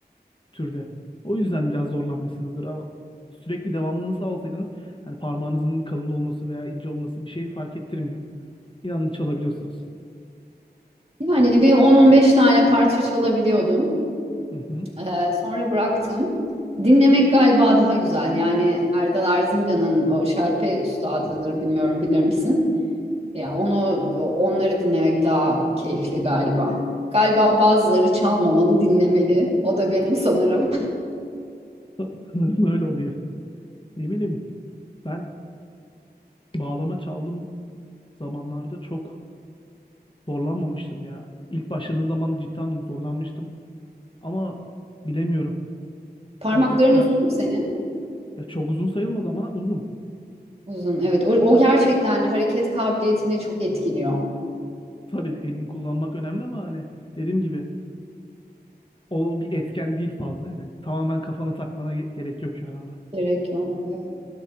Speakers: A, on the left; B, on the right.
A: türde. O yüzden biraz zorlanmışsınızdır ama sürekli devamlılığını sağlasaydınız hani parmağınızın kalın olması veya ince olması bir şey fark ettirmiyor. İnanın çalabiliyorsunuz.
B: yani bir 10-15 tane parça çalabiliyordum.
A: Hı hı.
B: Ee, sonra bıraktım. Dinlemek galiba daha güzel. Yani Erdal Erzincan'ın o şalpe üstadıdır bilmiyorum bilir misin? Ya onu onları dinlemek daha keyifli galiba. Galiba bazıları çalmamalı, dinlemeli. O da benim sanırım.
A: Sa- <laughs> Sanırım öyle oluyor. Ne bileyim ben bağlama çaldığım zamanlarda çok zorlanmamıştım ya. İlk başladığım zaman da cidden zorlanmıştım ama bilemiyorum.
B: <laughs> Parmakların
A: Birazcık da
B: uzun mu senin?
A: ya çok uzun sayılmaz ama uzun.
B: Uzun. Evet. O, o gerçekten hareket kabiliyetini çok etkiliyor.
A: Tabii elini kullanmak önemli ama hani dediğim gibi o bir etken değil fazla yani. Tamamen kafana takmana ge- gerek yok yani ona.
B: Gerek yok. Evet.